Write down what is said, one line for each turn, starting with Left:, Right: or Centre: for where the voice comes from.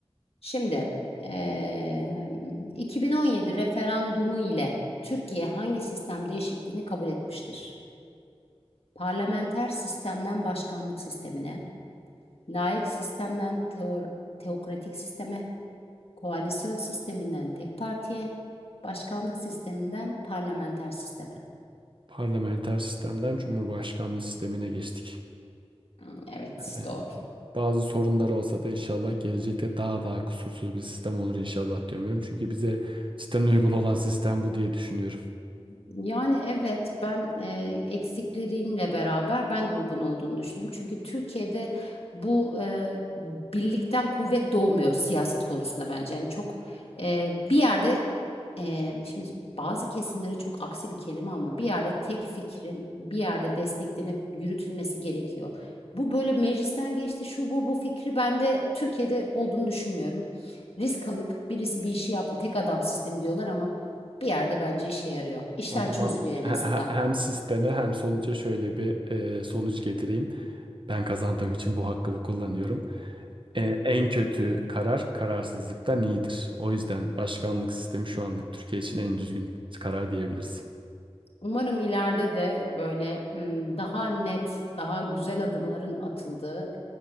Left: Şimdi eee, 2017 referandumu ile Türkiye hangi sistem değişikliğini kabul etmiştir? Parlamenter sistemden başkanlık sistemine, laik sistemden teor- teokratik sisteme, koalisyon sisteminden tek partiye, başkanlık sisteminden parlamenter sisteme.
Right: Parlamenter sistemden cumhurbaşkanlığı sistemine geçtik.
Left: Hı, Evet,
Right: Ee,
Left: doğru.
Right: bazı sorunları olsa da inşallah gelecekte daha daha kusursuz bir sistem olur inşallah diyorum. Çünkü bize cidden uygun olan sistem bu diye düşünüyorum.
Left: Yani evet ben e, eksikleriyle beraber ben de uygun olduğunu düşünüyorum. Çünkü Türkiye'de bu e, birlikten kuvvet doğmuyor siyaset konusunda bence. Yani çok e, bir yerde e, şimdi bazı kesimlere çok aksi bir kelime ama bir yerde tek fikrin bir yerde desteklenip yürütülmesi gerekiyor. Bu böyle meclisten geçti şu bu bu fikri ben de Türkiye'de olduğunu düşünmüyorum. Risk alıp birisi bir işi yapma tek adam sistemi diyorlar ama bir yerde bence işe yarıyor. İşler
Right: O zaman
Left: çözülüyor
Right: <laughs>
Left: en
Right: he-
Left: azından.
Right: he- hem sisteme hem sonuca şöyle bir e, sonuç getireyim. Ben kazandığım için bu hakkımı kullanıyorum. Ee, en kötü karar kararsızlıktan iyidir. O yüzden başkanlık sistemi şu anlık Türkiye için en düzgün karar diyebiliriz.
Left: Umarım ileride de böyle m, daha net, daha güzel adımların atıldığı,